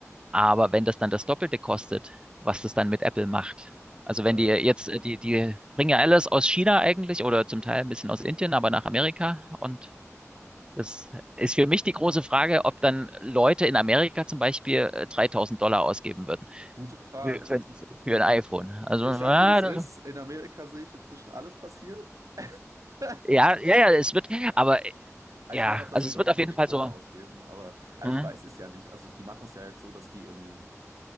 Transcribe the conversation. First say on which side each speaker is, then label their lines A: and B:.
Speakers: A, on the right; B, on the right.
A: aber wenn das dann das Doppelte kostet, was das dann mit Apple macht. Also wenn
B: Ähm,
A: die jetzt, äh, die, die bringen ja alles aus China eigentlich oder zum Teil ein bisschen aus Indien, aber nach Amerika. Und das ist für mich die große Frage, ob dann Leute in Amerika zum Beispiel äh, 3000 Dollar ausgeben
B: gute Frage.
A: Für, für,
B: Gut.
A: für ein iPhone. Also,
B: Ich
A: ja,
B: sag dir, wie es
A: das,
B: ist. In Amerika sehe ich inzwischen alles passiert. <laughs>
A: ja, ja, ja, es wird, aber äh, ja,
B: Ich meine auch, dass
A: also
B: die
A: es
B: Leute
A: wird auf
B: so
A: jeden
B: viel
A: Fall
B: Kohle
A: so.
B: ausgeben, aber, aber
A: Hm?
B: ich weiß es ja nicht. Also, die machen es ja jetzt so, dass die in.